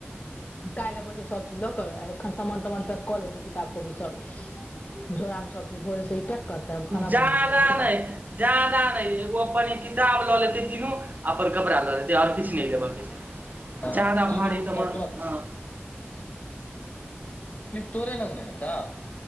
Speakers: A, on the left; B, on the right.
A: निकालहि अबै छै सब चीज लऽ के एखन सामान तामान पैक कऽ लेते किताब कॉपी सब झोड़ा मे सब चीज भोरे ई पैक करतै हम खाना
B: जदाा
A: बनेबै निकलबै
B: नहि जादा नहिगो अपन किताब लऽ लेते तीनू आ पर कड़ा लऽ लेते आओर किछु नहि लेब के छै
A: हँ
B: जादा
A: चीन
B: भारी
A: उ
B: सामान
A: त
B: हँ
A: तोरे लंग ने हइ तऽ